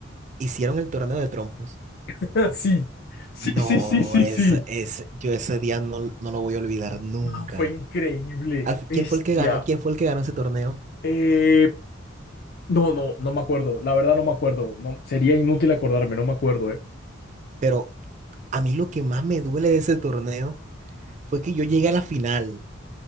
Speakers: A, on the right; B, on the left.
A: hicieron el torneo de trompos?
B: <laughs> Sí. Sí,
A: No,
B: sí, sí, sí,
A: es,
B: sí.
A: es, yo ese día no, no lo voy a olvidar nunca.
B: Man, fue increíble.
A: Al fi-
B: Bestia.
A: ¿Quién fue el que ganó? ¿Quién fue el que ganó ese torneo?
B: Eh, no, no, no me acuerdo. La verdad no me acuerdo. No, sería inútil acordarme, no me acuerdo, ¿eh?
A: Pero a mí lo que más me duele de ese torneo fue que yo llegué a la final.